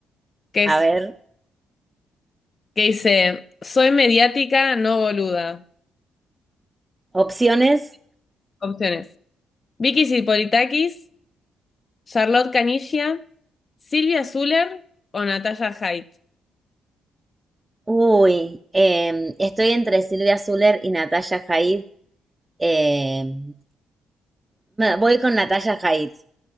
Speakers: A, on the left; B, on the right.
A: que
B: A
A: es
B: ver,
A: que dice, soy mediática, no boluda.
B: opciones.
A: Opciones. Vicky Sipolitakis, Charlotte Caniggia, Silvia Zuller o Natalia Haidt.
B: Uy, em, estoy entre Silvia Zuller y Natalia Jaid. Em, voy con Natalia Jaid.